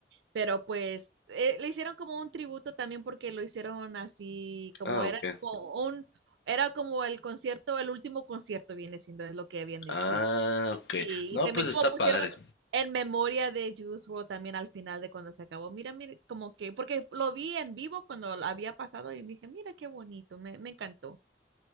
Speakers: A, on the right; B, on the left.
A: pero pues eh, le hicieron como un tributo también porque lo hicieron así, como
B: Ah,
A: era
B: ok.
A: como un, era como el concierto, el último concierto viene siendo, es lo que habían di-
B: Ah,
A: dicho.
B: ok.
A: Sí,
B: No,
A: y también
B: pues está
A: como
B: padre.
A: pusieron en memoria de Juice WRLD también al final de cuando se acabó, mira, mira, como que, porque lo vi en vivo cuando había pasado y dije, mira qué bonito, me, me encantó.